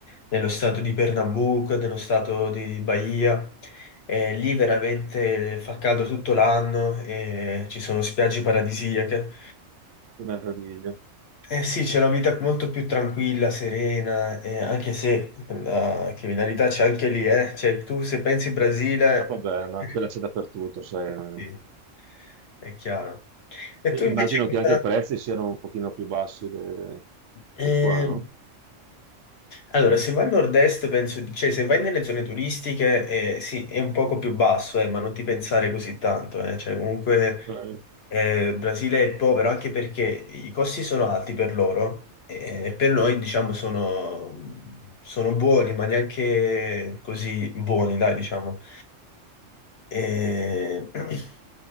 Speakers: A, on the left; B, on the right.
A: nello stato di Pernambuco, nello stato di Bahia. Eh, lì veramente fa caldo tutto l'anno, e ci sono spiagge paradisiache.
B: che meraviglia.
A: Eh sì, c'è una vita molto più tranquilla, serena, eh, anche se la criminalità c'è anche lì, eh. Cioè, tu se pensi Brasile,
B: Ah, vabbè, ma
A: <laughs>
B: quella c'è dappertutto, sai. non-
A: sì, è chiaro. E
B: E-
A: tu invece
B: immagino
A: cosa,
B: che anche i prezzi siano un pochino più bassi de-
A: eh,
B: di qua, no?
A: Allora, se vai al nord-est, penso, cioè se vai nelle zone turistiche, eh, sì, è un poco più basso, eh, ma non ti pensare così tanto, eh. Cioè, comunque
B: Ok.
A: eh, Brasile è povero anche perché i costi sono alti per loro eh, e per noi, diciamo, sono, sono buoni, ma neanche così buoni, dai, diciamo. Eh, <clears throat>